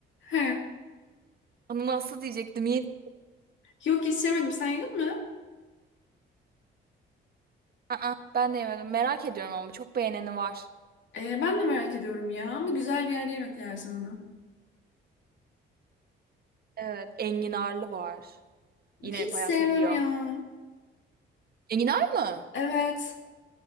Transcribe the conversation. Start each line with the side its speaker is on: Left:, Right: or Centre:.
Left: <laughs> He.
Right: Onu nasıl diyecektim? Yedim.
Left: Yok hiç yemedim. Sen yedin mi?
Right: Aa, ben de yemedim. Merak ediyorum ama çok beğeneni var.
Left: Ee, ben de merak ediyorum ya ama güzel bir yerde yemek lazım onu.
Right: Evet. Enginarlı var. Yine
Left: Hiç sevmem
Right: bayağı seviliyor.
Left: ya.
Right: Enginar mı?
Left: Evet.